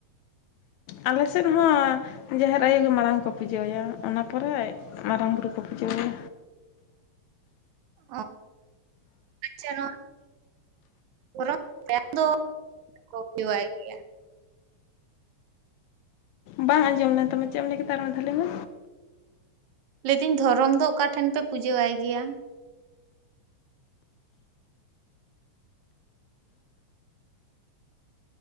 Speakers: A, on the left; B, on the right.
A: ᱟᱞᱮ ᱥᱮᱫ ᱦᱚᱸ ᱡᱟᱦᱮᱨ ᱟᱭᱳ ᱜᱮ ᱢᱟᱲᱟᱝ ᱠᱚ ᱯᱩᱡᱟᱹᱭ ᱟᱭᱟ ᱚᱱᱟ ᱯᱚᱨᱮ ᱢᱟᱨᱟᱝᱵᱩᱨᱩ ᱠᱚ ᱯᱩᱡᱟᱹᱣ ᱟᱭᱟ᱾
B: ᱚ ᱟᱪᱪᱷᱟ ᱱᱚᱣᱟ ᱫᱦᱚᱨᱚᱢ ᱵᱚᱸᱜᱟ ᱫᱚ <unintelligible> ᱠᱚ ᱯᱩᱡᱟᱹᱣᱟᱭ ᱜᱮᱭᱟ᱾
A: ᱵᱟᱝ ᱟᱸᱡᱚᱢ ᱞᱮᱱ ᱛᱟᱢᱟ ᱪᱮᱫ ᱮᱢ ᱞᱟᱹᱭᱠᱮᱫᱟ ᱟᱨ ᱢᱤᱫ ᱫᱷᱟᱣ ᱞᱟᱹᱭ ᱢᱮ᱾
B: ᱞᱟᱹᱭᱫᱟᱹᱧ ᱫᱷᱚᱨᱚᱢ ᱫᱚ ᱚᱠᱟ ᱴᱷᱮᱱ ᱯᱮ ᱯᱩᱡᱟᱹᱟᱭ ᱜᱮᱭᱟ?